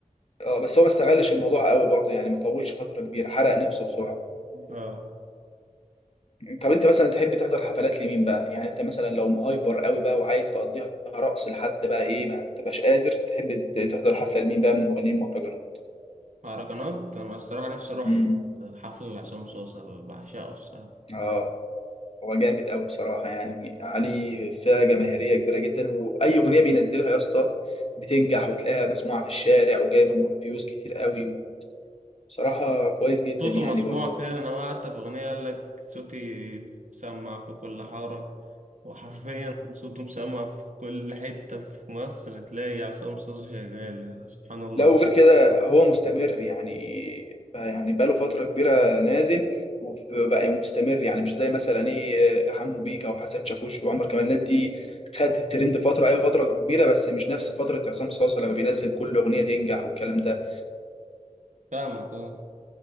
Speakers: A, on the left; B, on the right.
A: آه، بس هو ما استغلش الموضوع قوي برضه يعني ما طولش فترة كبيرة حرق نفسه بسرعة
B: اه
A: طب انت مثلا تحب تحضر حفلات لمين بقى يعني انت مثلا لو مهايبر قوي بقى وعايز تقضيها رقص لحد بقى ايه ما انت مش قادر تحب ت- تحضر حفله لمين بقى من المغنيين المهرجانات
B: مهرجانات انا الصراحه نفسي اروح
A: امم
B: حفل لعصام صوصه بعشقه الصراحه
A: اه هو جامد قوي بصراحه يعني علي فئه جماهيريه كبيره جدا واي اغنيه بينزلها يا اسطى بتنجح وتلاقيها مسموعه في الشارع وجايبه م- فيوز كتير قوي بصراحه كويس جدا
B: صوته
A: يعني
B: مسموع
A: برضه
B: فعلا انا حتى في اغنيه قال لك صوتي مسمع في كل حاره وحرفيا صوته مسمع في كل حته في مصر تلاقي عصام صوصه شغال يعني سبحان الله
A: لا وغير كده هو مستمر يعني بقى يعني بقى له فترة كبيرة نازل وبقى مستمر يعني مش زي مثلا ايه حمو بيكا وحسن شاكوش وعمر كمال الناس دي خدت الترند فترة ايوه فترة كبيرة بس مش نفس فترة عصام صاصا لما بينزل كل أغنية تنجح والكلام ده
B: فاهمك اه